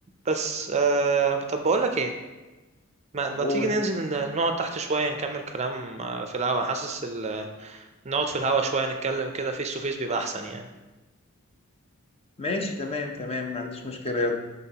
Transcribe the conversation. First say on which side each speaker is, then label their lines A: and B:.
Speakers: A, on the right; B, on the left.
A: بس آه، طب بقول لك ايه ما... ما
B: قول
A: تيجي ننزل ن- نقعد تحت شوية نكمل كلام آه، في الهوا حاسس ال... نقعد في الهوا شوية نتكلم كده فيس تو فيس بيبقى احسن يعني
B: ماشي تمام تمام ما عنديش مشكله يلا